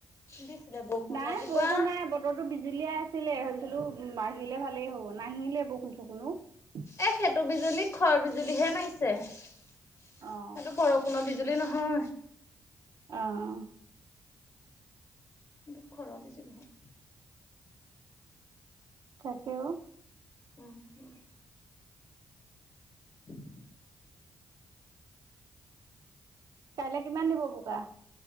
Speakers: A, on the left; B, on the right.
A: দিছিলে বৰষুণ
B: নাই
A: ৰাতিপুৱা
B: বৰষুণ নাই বতৰটো বিজুলিয়াই ছিলে ভাবিছিলো আহিলে ভালেই হ'ব নাহিলে বৰষুণ চৰক্ষুন অ।
A: এ সেইটো বিজুলী খৰ বিজুলীহে মাৰিছে, সেইটো
B: অ
A: বৰষুণৰ বিজু লি নহয় <inaudible>
B: অহ
A: দুখৰ অভিযোগহে।
B: তাকে অ।
A: উম উম <inaudible>
B: কাইলে কিমান দিব বোকা?